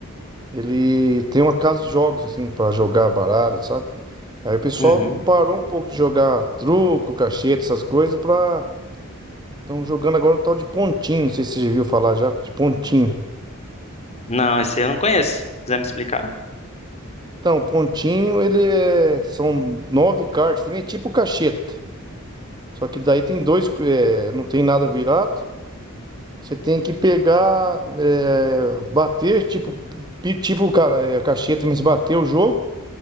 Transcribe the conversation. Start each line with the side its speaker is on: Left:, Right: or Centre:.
Right: ele tem uma casa de jogos assim para jogar baralho, sabe? Aí o pessoal
Left: Uhum.
Right: parou um pouco de jogar truco, cacheta, essas coisas, pra. Estão jogando agora um tal de pontinho. Não sei se você já viu falar já, de pontinho.
Left: Não, esse eu não conheço. Quiser me explicar?
Right: Então, pontinho, ele é. São nove cartas, também é tipo cacheta. Só que daí tem dois. é, Não tem nada virado. Você tem que pegar. é, Bater, tipo. pi- Tipo ca- é, cacheta, mas bater o jogo.